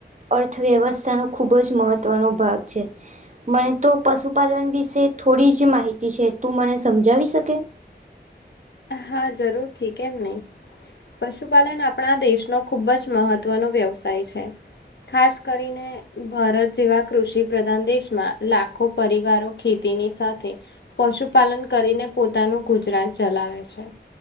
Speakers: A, on the right (about 45°); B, on the left (about 75°).
A: અર્થવ્યવસ્થાનો ખુબ જ મહત્વનો ભાગ છે. મને તો પશુપાલન વિશે થોડી જ માહિતી છે તું મને સમજાવી શકે.
B: હા જરૂર થી કેમ નહી. પશુપાલન આપણા દેશનો ખુબ જ મહત્વનો વ્યવસાય છે. ખાસ કરીને. ભારત જેવા કૃષિ પ્રધાન દેશમાં લાખો પરિવારો ખેતીની સાથે પશુપાલન કરીને પોતાનું ગુજરાન ચલાવે છે.